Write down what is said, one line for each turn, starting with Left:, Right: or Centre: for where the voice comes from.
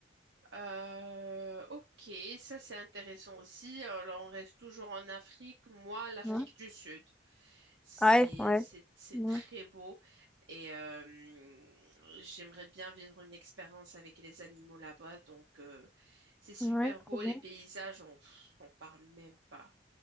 Right: Euh, ok, ça c'est intéressant aussi. Alors, on reste toujours en Afrique. Moi, l'Afrique
Centre: Ouais,
Right: du Sud, c'est
Centre: ouais, ouais,
Right: c'est c'est
Centre: ouais,
Right: très beau et euh, j'aimerais bien vivre une expérience avec les animaux là-bas. Donc, euh, c'est super
Centre: ouais,
Right: beau.
Centre: trop bien.
Right: Les paysages, on, pff, on parle même pas.